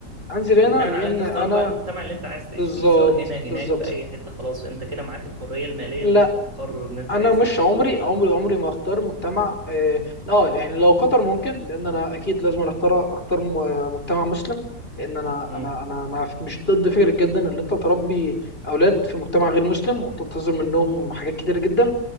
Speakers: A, on the left; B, on the right.
A: انزل هنا
B: وبناء
A: لان
B: عليها تختار
A: انا
B: بقى المجتمع اللي انت عايز تعيش
A: بالظبط
B: فيه سواء هنا هناك
A: بالظبط
B: في اي حتة خلاص انت كده معاك الحرية المالية
A: لا
B: ان انت تقرر ان انت
A: انا
B: عايز
A: مش
B: ايه
A: عمري عمري عمري ما اختار مجتمع اه آه، يعني لو قطر ممكن لان انا اكيد لازم اختار اختار م- مجتمع مسلم لان انا
B: امم
A: انا انا انا مش ضد فكره جدا ان انت تربي اولاد في مجتمع غير مسلم وتنتظر منهم حاجات كتيره جدا